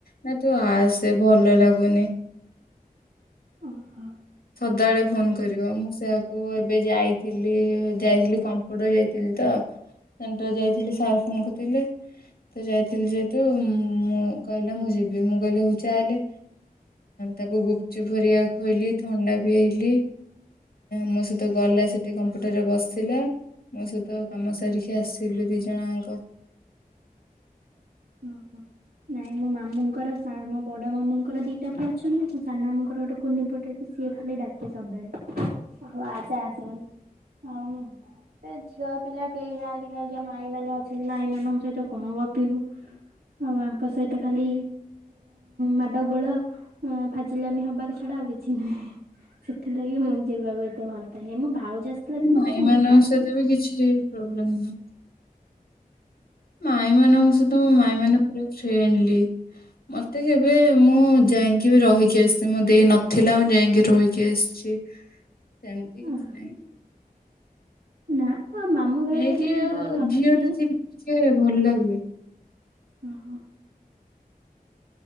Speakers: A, on the left; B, on the right.
A: ନା ତୁ ଆସେ ଭଲ ଲାଗୁନି
B: ଓହୋ
A: ସବେଳେ ଫୋନ କରିବ ମୁଁ ସେ କଉଁ ଏବେ ଯାଇଥିଲି ଯାଇଥିଲି କମ୍ପୁଟ ଯାଇଥିଲି ତ ସେଣ୍ଟର ଯାଇଥିଲି ସାର୍ ଫୋନ କଥିଲେ ତ ଯାଇଥିଲି ଯେହେତୁ ମୁଁ କହିଲା ମୁଁ ଯିବି ମୁଁ କହିଲି ହଉ ଚା ହେଲେ ତାକୁ ଗୁପଚୁପ ଫରିଆ ଖୁଇଲି ଥଣ୍ଡା ପିଆଇଲି ମୋ ସହିତ ଗଲା ସେଠି କମ୍ପୁଟରରେ ବସିଲା ମୋ ସହିତ କାମ ସରିକି ଆସିଲୁ ଦି ଜଣଙ୍କ
B: ହୁଁ ହୁଁ। ନାଇଁ ମୋ ମାମୁଙ୍କର ମୋ ବଡ ମାମୁଙ୍କର ଦିଟା ପୁଅ ଅଛନ୍ତି ମୋ ସାନ ମାମୁଙ୍କର ଗୋଟେ କୁନି ପଟେଇଛି ସିଏ ଖାଲି ଡାକେ ସବୁବେଳେଉ ଆସେ ଆସେ ବୋଲି ଆଉ ଝିଅ ପିଲା କେହି ନାହାନ୍ତି ଖାଲି ମାଇ ମ ଅଛନ୍ତି ମାଇ ମାନଙ୍କ ସହିତ କଣ ଗପିବୁ ଆଉ ତାଙ୍କ ସହିତ ଖାଲି ମାଡ଼ ଗୋଳ ଫାଜିଲେ ଆମେ ହବାକ ଛଡା ଆଉ କିଛି ନୁହେଁ ସେଥିଲାଗି ମୁଁ ଯିବାକୁ ଏତେ ଭଲ ପାଏନି ମୋ ଭାଉଜ ଆସିଥିଲା ଦିନେ
A: ମାଇ
B: ମୁଁ
A: ମାନଙ୍କ
B: ପ୍ରାୟ
A: ସହିତ
B: ଟାଇମ୍ ଯାଏ।
A: ବି କିଛି ବଲ ନା <inaudible> ମାଇଁ ମନଷ ତ ମୋ ମାଇ ମାନେ ପା ଫ୍ରେଣ୍ଡଲି ମତେ କେବେ ମୁଁ ଯାଇକି ବି ରହିକି ଆସି ମେ ଦେଇ ନଥିଲା ମୁଁ ଯାଇକି ରହିକି ିକ ଆଛି ସେମିତି କିଛି
B: ଓହୋ
A: ନାହିଁ <inaudible>
B: ନା <inaudible> ଘରଟା
A: ହେଇ କିି
B: ମାନେ
A: ଆଉ
B: ଯୋଉଠି ଅଛି
A: ଝିଅ ଟା ଟିକେ ଭଲ ଲାଗେ
B: ଓ ହୋ।